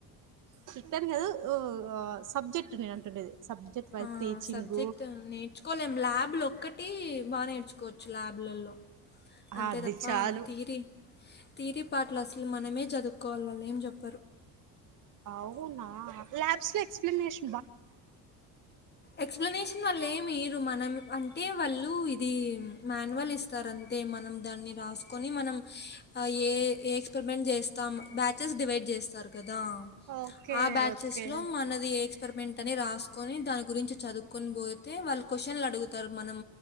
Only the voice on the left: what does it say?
ఆ
సబ్జెక్ట్ నేర్చుకోలేం ల్యాబ్లు ఒక్కటి బా నేర్ కోవచ్చు ల్యాబ్లలో అంతే
తప్ప
థియరీ తీయరి పార్ట్లు అసలు మనమే చదువుకోవాలి వాల్ ఏం చెప్
ఎక్స్ప్లనేష వాళ్లేం ఈరు మనం అంటే వాళ్ళు ఇది మాన్వల్ ఇస్తారంతె మనం దాన్ని రాసుకొని మనం ఏ ఏ ఎక్స్పరిమెంట్ చేస్తాం బ్యాచెస్ డివైడ్ చేస్తారు కదా
ఆ బ్యాచెస్
లో మనది ఎ అని రాసుకొని దాని గురించి చదువుకొని పోతే వాళ్ళు కొషన్లు అడుగుతారు మనం